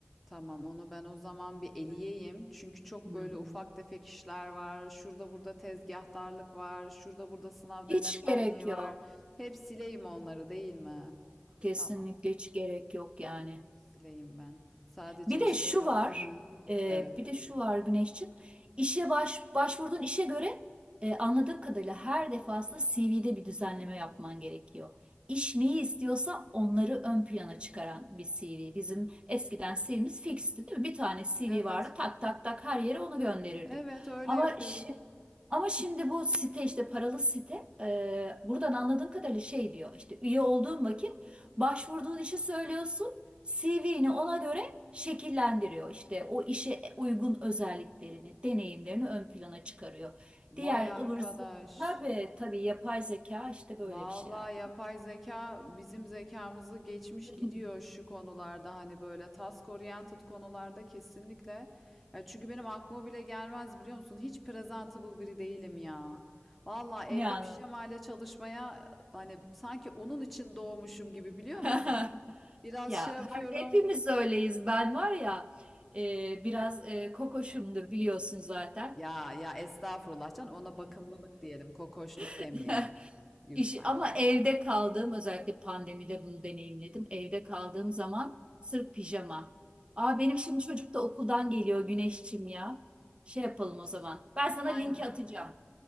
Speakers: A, in the centre; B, on the right.
A: Tamam, onu ben o zaman bir eleyeyim.
B: Hmm.
A: Çünkü çok
B: Hı hı.
A: böyle ufak tefek işler var. Şurada burada tezgahtarlık var. Şurada burada sınav
B: Hiç
A: denetmenliği
B: gerek yok
A: var. Hep sileyim onları, değil mi?
B: kesinlikle
A: Tamam,
B: hiç gerek yok yani.
A: onları sileyim ben. Sadece
B: Bir de
A: işte,
B: şu var,
A: aha.
B: e,
A: Evet.
B: bir de şu var Güneşciğim. İşe baş, başvurduğun işe göre e, anladığım kadarıyla her defasında CV'de bir düzenleme yapman gerekiyor. İş neyi istiyorsa onları ön plana çıkaran bir CV. Bizim eskiden CV'miz fixti değil mi? Bir tane CV
A: Evet.
B: vardı tak tak tak her yere onu gönderirdik.
A: Evet, öyle
B: Ama
A: yapıyorduk.
B: şimdi, ama şimdi bu site işte paralı site e, buradan anladığım kadarıyla şey diyor işte üye olduğun vakit başvurduğun işi söylüyorsun CV'ni ona göre şekillendiriyor işte o işe uygun özelliklerini, deneyimlerini ön plana çıkarıyor.
A: Vay
B: Diğer
A: arkadaş.
B: ıvır zıvır tabii tabii yapay zeka işte böyle
A: Vallahi
B: bir şey artık.
A: yapay zeka bizim zekamızı geçmiş
B: <laughs>
A: gidiyor şu konularda hani böyle task oriented konularda kesinlikle. Ya çünkü benim aklıma bile gelmez biliyor musun? Hiç presentable biri değilim ya. Vallahi evde
B: Ne anlam?
A: pijamayla çalışmaya hani sanki onun için doğmuşum gibi biliyor
B: <laughs>
A: musun? Biraz
B: Ya
A: şey yapıyorum.
B: her, hepimiz öyleyiz. Ben var ya e, biraz e, kokoşumdur biliyorsun zaten.
A: Ya ya estağfurullah canım ona bakımlılık diyelim, kokoşluk
B: <laughs>
A: demeyelim lütfen.
B: İş, ama evde kaldığım özellikle pandemide bunu deneyimledim. Evde kaldığım zaman sırf pijama. Aa benim şimdi çocuk da okuldan geliyor Güneşçim ya. Şey yapalım o
A: Ş-
B: zaman. Ben sana
A: Aynen.
B: linki atacağım.